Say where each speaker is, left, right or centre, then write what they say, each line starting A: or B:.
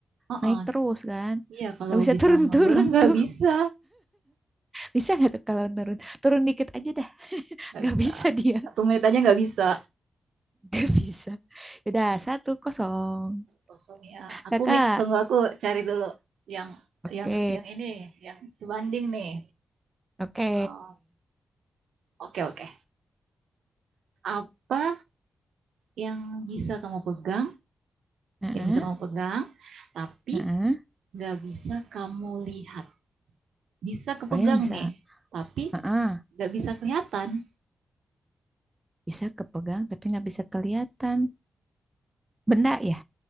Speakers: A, on the right; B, on the right.
A: Oh,
B: naik
A: oh.
B: terus kan?
A: iya kalau
B: Gak bisa
A: bisa
B: turun-turun
A: mundur <laughs> nggak
B: <laughs> tuh.
A: bisa,
B: Bisa nggak tuh kalau turun? Turun dikit aja dah.
A: nggak
B: Gak
A: bisa.
B: bisa dia,
A: Satu menit aja nggak bisa.
B: <laughs> Gak bisa. Ya Udah satu kosong,
A: kosong ya aku
B: kakak.
A: tunggu aku cari dulu yang
B: Oke,
A: yang yang ini yang sebanding nih
B: oke.
A: Oh, oke oke apa yang bisa kamu pegang
B: Heeh,
A: yang bisa kamu pegang tapi
B: heeh.
A: nggak bisa kamu lihat bisa kepegang
B: Apa yang bisa.
A: nih tapi
B: Heeh.
A: nggak bisa kelihatan
B: Bisa kepegang tapi nggak bisa kelihatan. Benda ya,